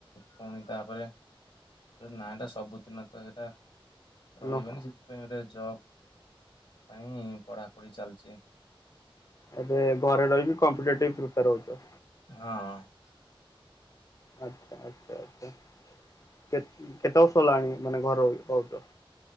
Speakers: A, on the left; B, on the left.
A: ପୁଣି ତାପରେ ନା ଏଟା ସବୁଦିନ ତ ଏରା ରହିବନି
B: ଓହୋ
A: ସେଥିପାଇଁ ଗୋଟେ ଜବ ପାଇଁ ପଢ଼ାପଢ଼ି ଚାଲିଛି।
B: ଏବେ ଘରେ ରହିବି କମ୍ପିଟେଟିଭ୍ ପ୍ରିପେୟାର ହଉଚ।
A: ହଁ।
B: ଆଚ୍ଛା ଆଚ୍ଛା ଆଛା କେ କେତେ ବର୍ଷ ହେଲାଣି ମାନେ ଘର ରଇକି ପଉଚ?